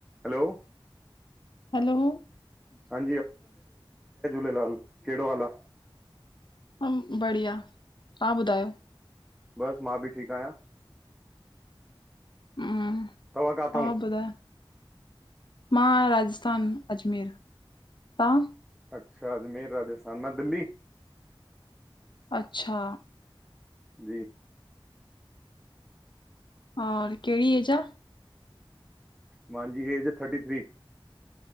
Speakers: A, in the centre; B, on the left.
A: हलो।
B: Hello.
A: हांजी, जय झूलेलाल, कहिड़ो हाल आ?
B: हम्म, बढ़िया, तहां ॿुधायो?
A: बसि मां बि ठीकु आयां।
B: हम्म,
A: तव्हां काथां?
B: आप ॿुधाय। मां राजस्थान अजमेर, तहां?
A: अच्छा, अजमेर राजस्थान मां दिल्ली।
B: अच्छा।
A: जी।
B: और कहिड़ी एज आ?
A: मांजी एज थर्टी थ्री।